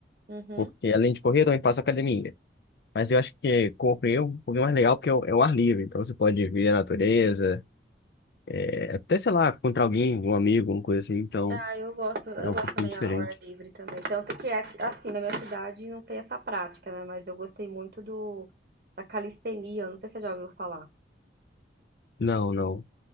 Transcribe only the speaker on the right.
Uhum.
Ah, eu gosto, eu
gosto
também
ao ar livre também. Tanto que aqui- assim, na minha cidade não tem essa prática, né? Mas eu gostei muito do da calistenia, não sei se você já ouviu falar.